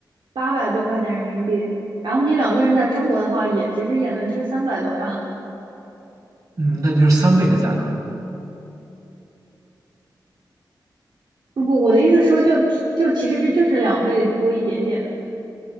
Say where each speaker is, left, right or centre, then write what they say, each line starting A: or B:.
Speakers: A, on the right; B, on the right.
A: 八百多块钱人民币，然后你两个人在中国的话也，其实也能吃三百多呀。
B: 嗯，那就是三倍的价格，
A: <laughs> 不不，我的意思说就就其实就是两倍多一点点，